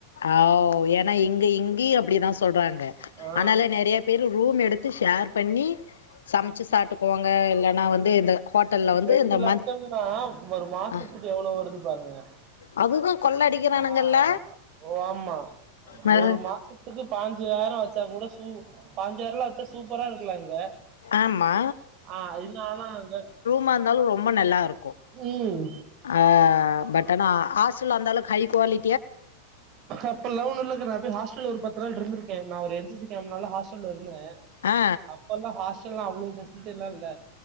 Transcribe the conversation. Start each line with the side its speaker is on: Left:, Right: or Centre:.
Left: அவ் ஏன்னா இங்க இங்கயு அப்டிதாஸ் சொல்றாங்க
Right: ஆ
Left: ஆனால நறைய பேர் ரூம் எடுத்து ஷேர் பண்ணி சமைச்சு சாட்டு போவாங்க இல்லன்னா வந்து இந்த ஹோட்டல்ல
Right: உ
Left: வந்து
Right: ரெண்டு
Left: இந்த
Right: லட்சம்னா
Left: மந்த்
Right: ஒரு மாசத்துக்கு
Left: அ
Right: எவ்வளோ வருது பாருங்க
Left: அதுதா கொள்ள அடிக்கிறானுங்கல்ல
Right: ஆ ஒ ஆமா
Left: மறு
Right: ஒரு மாசத்துக்கு பாஞ்சுாயிரோ வச்சா கூட உ பான்ஞாய்ரல்லா சூப்பரா இருக்கலா இங்க
Left: ஆமா
Right: ஆ இருந்தாலு அங்க
Left: மா இருந்தாலு ரொம்ப நல்லா இருக்கு
Right: ம்
Left: ஆ ஆ கட்டனு ஆ ஆசல் வந்தாலு ஹைக் குவாலி
Right: அப்டிலா ஒன் இல்லகா நா போய் ஹாஸ்டல்ல ஒரு பத்து நாள் இருந்துக்கு நா ஒரு என் சி சி கம்ப்னால ஹாஸ் அப்பல்ல இருந்தே
Left: ஆ
Right: அப்பல்லா ஹாஸ்டல்ல லா அவ்ளோ ஃபெஸிலிடல்லா இல்ல